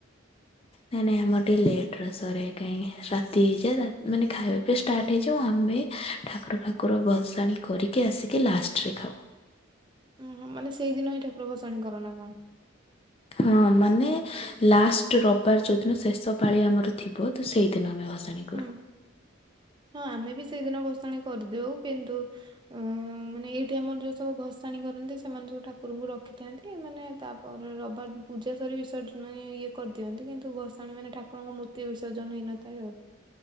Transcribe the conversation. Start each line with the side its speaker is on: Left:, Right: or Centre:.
Left: ନାଇଁ ନାଇଁ ଆମର ଟିକେ ଲେଟର ସରେ କାଇକି ରାତି ହେଇଯାଏ ତା ମାନେ ଖାଇବା ଏବେ ଷ୍ଟାର୍ଟ ହେଇଯାଉ ଆମେ ଠାକୁର ଫାକୁର ବସାଣି କରିକି ଆସିକି ଲାଷ୍ଟରେ ଖାଉ।
Right: ଓହୋ ମାନେ ସେଇଦିନହିଁ ଠାକୁର ଭସାଣି କରନା କଣ?
Left: ହଁ ମାନେ ଲାଷ୍ଟ ରବିବାର ଯୋଉଦିନ ଶେଷ ପାଳି ଆମର ଥିବ ତସେଇଦିନ ଆମେ ଭସ ସାଣି କରୁ।
Right: ହୁଁ। ହଁ ଆମେବି ସେଇଦିନ ଭାଷାଣି କରିଦେଉ କିନ୍ତୁ ଅ ମାନେ ଏଇଠି ଆମର ଯୋଉ ସବୁ ଭସାଣି କରନ୍ତି ସେମାନେ ସବୁ ଠାକୁ ଠାକୁରଙ୍କୁ ରଖିଥାନ୍ତି ମାନେ ତାପରେ ରବିବାର ପୂଜା ସରି ବିସର୍ଜନ ମାନେ ଇଏ କରିଦିଅନ୍ତି କିନ୍ତୁ ଭସାଣି ମାନେ ଠାକୁ ଠାକୁରଙ୍କ ମୂର୍ତ୍ତି ବିସର୍ଜନ ହେଇନଥାଏ ଆଉ।